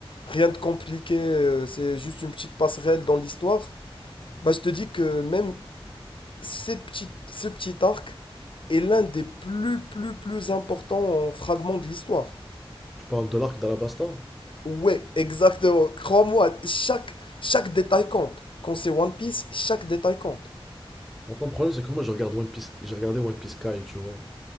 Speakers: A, on the left (about 60°); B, in the centre.
A: rien de compliqué, euh, c'est juste une petite passerelle dans l'histoire. Bah, je te dis que même cette petite, ce petit arc est l'un des plus, plus, plus importants fragments de l'histoire.
B: Tu parles de l'arc d'Alabasta?
A: Ouais, exactement. Crois-moi, chaque, chaque détail compte. Quand c'est One Piece, chaque détail compte.
B: Maintenant, le problème, c'est que moi, je regarde One Piece, j'ai regardé One Piece Sky, tu vois.